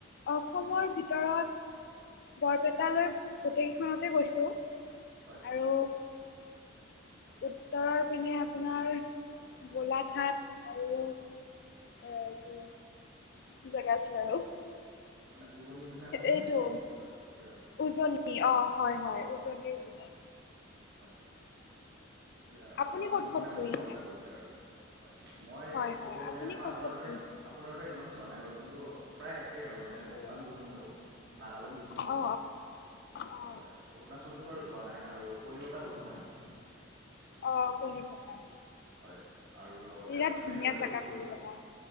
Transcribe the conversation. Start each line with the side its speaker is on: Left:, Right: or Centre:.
Left: অসমৰ ভিতৰত বৰপেটালৈ, গোটেইকেইখনতে গৈছোঁ।
Right: হয়, হয়।
Left: আৰু উত্তৰৰ পিনে আপোনাৰ গোলাঘাট আৰু এটো কি জেগা আছিল আৰু?
Right: মানে উজনিৰ পিনে আপুনি
Left: এইটো
Right: এ, গোলাঘাট গৈছে আৰু।
Left: উজনি
Right: হয়
Left: অ' হয় হয়, উজনিৰ পিনে।
Right: হয়। এতিয়া আৰু
Left: আপুনি
Right: নামনি
Left: ক'ত ক'ত
Right: পিনে আপুনি
Left: ঘূৰিছে
Right: বৰপেটা গৈ দে আৰু। হয় হয়, মই
Left: হয় হয়
Right: ক'ব গ'লে
Left: আপুনি
Right: মই
Left: ক'ত
Right: আপোনাৰ
Left: ক'ত
Right: দৰে
Left: ঘূৰিছে
Right: আপোনাৰ দৰে ইমান যোৱা নাই বাৰু কিন্তু প্ৰায় একেই আৰু মানে
Left: অ
Right: ভূটান গৈছোঁ ময়ো, নাগালেণ্ড গৈছোঁ ময়ো।
Left: অ অ
Right: হয় হয়, অৰুণাচলটো বাৰু যোৱা নাই আৰু কলিকতা গৈছোঁ মই।
Left: অ' কলিকতা।
Right: হয় আৰু লগতে
Left: বিৰাট
Right: আপোনাৰ
Left: ধুনীয়া
Right: মেঘালয়তো
Left: জেগা
Right: গৈছোঁ
Left: কলিকতা
Right: বাৰু।